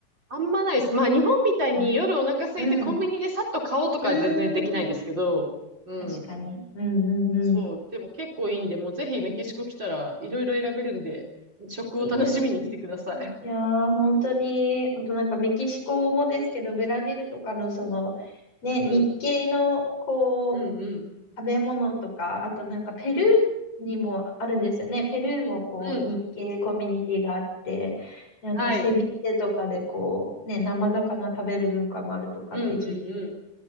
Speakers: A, on the right; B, on the left.
A: あんまないです。まあ、日本みたいに夜お腹空いてコンビニでさっと買おうとかは全然できないですけど、
B: うん。うん。うーん。
A: うん。
B: 確かに。うんうんうん。
A: そう。でも結構いいんで、もうぜひメキシコ来たらいろいろ選べるんで、食を楽しみに来てください。
B: いいですね。いやー、本当に、あとなんかメキシコもですけど、ブラジルとかのその、ね、
A: うん。
B: 日系の、こう、
A: うんうん。
B: 食べ物とか、あとなんかペル
A: うん。
B: ーにもあるんですよね。ペルーもこう、
A: うん。
B: 日系コミュニティがあって、なんかセビチェとかでこう、
A: はい。
B: ね、生魚食べる文化もあるとかって聞いて、
A: うんうんうん。